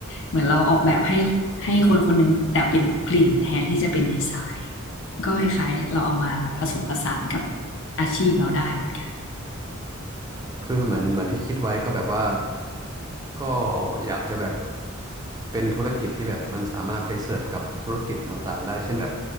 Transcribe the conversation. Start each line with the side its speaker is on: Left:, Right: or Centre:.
Left: เหมือนเราออกแบบให้ให้คนคนหนึงแต่เป็นกลิ่นแทนที่จะเป็นดีไซน์ก็คล้ายๆเราเอามาผสมผสานกับอาชีพเราได้เหมือนกัน
Right: คือเหมือนเหมือนที่คิดไว้ก็แบบว่าก็อยากจะแบบเป็นธุรกิจที่แบบมันสามารถไปเสิร์ฟกับธุรกิจต่างๆได้เช่นแบบ